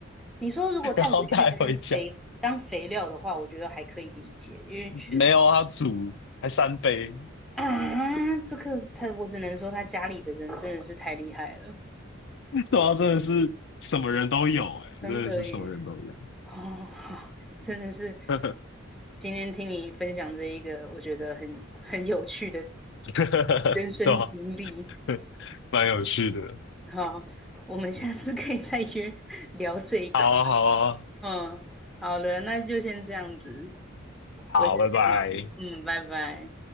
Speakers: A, in the centre; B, on the left (about 60°).
A: 你说如果带回去当肥当肥料的话，
B: 然后带回家。
A: 我觉得还可以理解，因为确实
B: 没有，他煮还三杯，
A: 啊，这个他我只能说他家里的人真的是太厉害了，
B: <laughs> 对啊，真的是什么人都有、哎，真的是什么人都有。
A: 真的耶。哦，好，真的是
B: <laughs>
A: 今天听你分享这一个，我觉得很很有趣的
B: <laughs>
A: 人生经历。
B: 对啊，<laughs> 蛮有趣的。
A: 好，我们下次可以再约聊这一块。
B: 好啊，好啊，
A: 嗯，好的，那就先这样子，
B: 好，
A: 我先去忙。
B: 拜拜。
A: 嗯，拜拜。